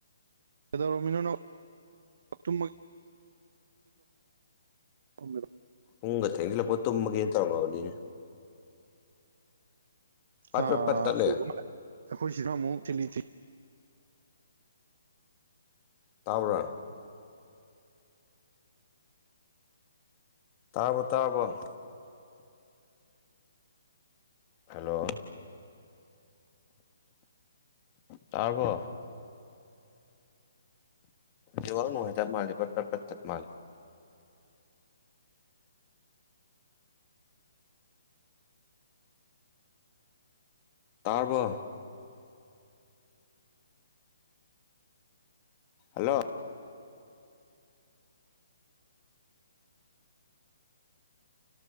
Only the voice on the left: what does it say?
ꯄꯨꯡꯒꯥ ꯊꯦꯡꯖꯟꯂꯛꯄꯒꯥ ꯇꯨꯝꯃꯒꯦꯅ ꯇꯧꯔꯝ ꯃꯥꯕꯥꯅꯤꯅꯦ꯫ ꯄꯠ
ꯄꯠ ꯄꯠ ꯇꯠꯂꯦ
ꯇꯥꯕꯥꯔꯣ ꯇꯥꯕꯔꯣ ꯇꯥꯕꯔꯣ ꯍꯜꯂꯣ ꯇꯥꯔꯕꯣ ꯅꯦꯋꯥꯛ ꯅꯨꯉꯥꯏꯇꯥꯕꯥ ꯃꯥꯂꯦ ꯄꯠ ꯄꯠ ꯄꯠ ꯇꯥꯠꯂꯦ꯫ ꯇꯥꯔꯕꯣ ꯍꯜꯂꯣ